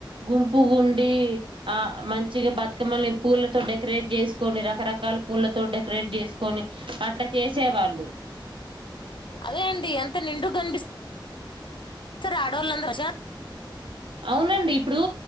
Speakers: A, on the right; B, on the left.
A: గుంపుగుండీ ఆ మంచిగ బతుకమ్మని పూలతో డెకరేట్ చేసుకొని రకరకాల పూలతో డెకరేట్ చేసుకొని అట్లా చేసే వాళ్ళు.
B: అదే అండి ఎంత నిండుగ కనిపిస్తు <inaudible> <unintelligible>
A: అవునండి ఇప్పుడూ